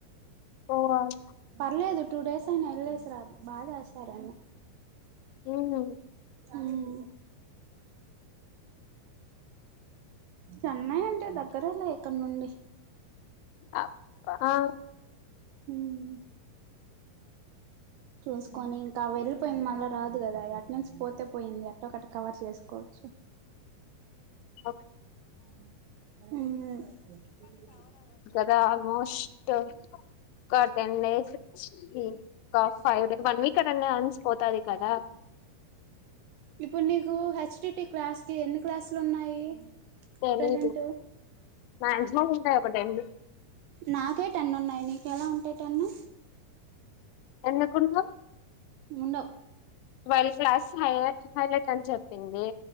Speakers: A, on the left; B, on the right.
A: పోవాలి
B: పర్లేదు టూ డేస్ అయినా వెళ్లేసి రాదు బాగా చేస్తార
A: ఉమ్
B: మ్మ్ చెన్నై అంటే దగ్గరేలే ఇక్కడ నుండి
A: ఆ ఆ
B: మ్ చూసుకొని ఇంకా వెళ్ళలిపోయింది. మళ్ళా రాదు కదా అటనెన్స్ పోతే పోయింది, అట్టొ ఒకటి కవర్ చేసుకోవచ్చు.
A: ఒక్
B: ఉ
A: అ <unintelligible> ష్ట ఒక టెన్ డేస్ కి ఒక ఫైవ్ డే వన్ వీక్ అడ అన్సిపోతది కదా.
B: ఇప్పుడు నీకు హెచ్డిటి క్లాస్ కి ఎన్ని క్లాసులు ఉన్నాయి.
A: తెలీదు
B: ప్రజెంట్
A: మాక్సిమం ఉంటాయి ఒక టెన్
B: నాకే టెన్ను ఉన్నాయి నీ ఎలా ఉంటయి టెన్న్
A: ఎందుకుండ్ల
B: ఉండవు
A: వర్ల్డ్ క్లాస్ హ హాల చెప్పింది